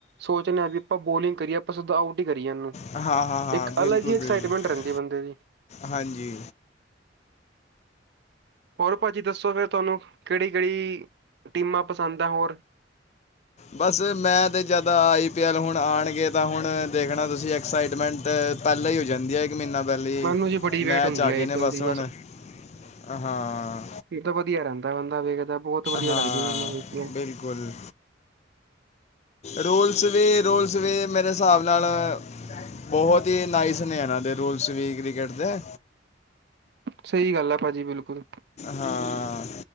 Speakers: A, on the right (about 60°); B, on the left (about 35°).
A: ਸੋਚਨੇ ਆ ਵੀ ਆਪਾਂ ਬੋਲਿੰਗ ਕਰੀਏ ਆਪਾਂ ਸਿਦਾ ਆਊਟ ਹੀ ਕਰੀਏ ਏਨੂੰ
B: ਹਾਂ ਹਾਂ ਹਾਂ
A: ਏਕ
B: ਬਿਲਕੁਲ
A: ਅਲੱਗ ਈ ਐਕਸਾਈਟਮੈਂਟ
B: ਬਿਲਕੁਲ
A: ਰੈਂਦੀ ਬੰਦੇ ਦੀ
B: ਹਾਂਜੀ।
A: ਹੋਰ ਪਾਜੀ ਦੱਸੋ ਫੇਰ ਤੋਨੂੰ ਕੇੜੀ, ਕੇੜੀ ਟੀਮਾਂ ਪਸੰਦ ਆ ਹੋਰ
B: ਬਸ, ਮੈਂ ਤੇ ਜੱਦ ਆਈ ਪੀ ਐੱਲ ਹੁਣ ਆਣਗੇ ਤਾਂ, ਹੁਣ ਦੇਖਣਾ ਤੁਸੀਂ ਐਕਸਾਈਟ ਟਮਿੰਟ ਪਹਿਲਾਂ ਹੀ ਹੋ ਜਾਂਦੀ ਹੈ, ਇੱਕ ਮਹੀਨਾ ਲੀ
A: ਮੈਨੂੰ ਜੀ ਬੜੀ ਵੇਟ
B: ਮੈਚ
A: ਹੁੰਦੀ
B: ਆ ਗਏ
A: ਆਈ
B: ਨੇ,
A: ਪੀ
B: ਬਸ
A: ਐਲ ਦੀ
B: ਹੁਣ ਹਾਂ।
A: ਫਿਰ ਤਾਂ ਵਧੀਆ ਰਹਿੰਦਾ ਬੰਦਾ ਵੇਖਦਾ, ਬਹੁਤ ਵਧੀਆ
B: ਹਾਂ
A: ਲਗਦੀ ਮੈਨੂੰ ਵਖ
B: ਬਿਲਕੁਲ ਰੂਲਸ ਵੇ, ਰੋਲਸ ਵੇ, ਮੇਰੇ ਹਿਸਾਬ ਨਾਲ ਬਹੁਤ ਹੀ ਨਾਈਸ ਨੇ ਇਹਨਾਂ ਦੇ ਰੂਲਸ, ਵੀ ਕ੍ਰਿਕਟ ਦੇ।
A: ਸਹੀ ਗੱਲ ਆ ਭਾਜੀ, ਬਿਲਕੁਲ।
B: ਹਾਂ,